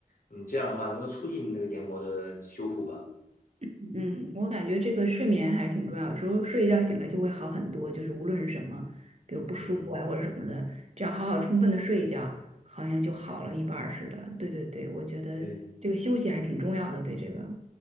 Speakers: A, on the left; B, on the right.
A: 你这样的话能够促进那个黏膜的修复吧。
B: <laughs> 嗯，我感觉这个睡眠还是挺重要的，有时候睡一觉醒来就会好很多，就是无论是什么，比如不舒服啊或者什么的，
A: 嗯，
B: 只要好好充分的睡一觉，好像就好了一半儿似的。对对对，我觉得这个休息还挺重要的，
A: 对。
B: 对这个。